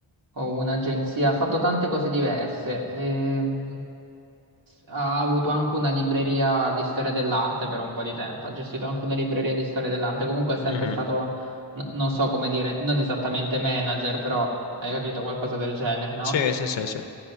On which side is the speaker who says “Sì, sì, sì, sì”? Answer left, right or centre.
Left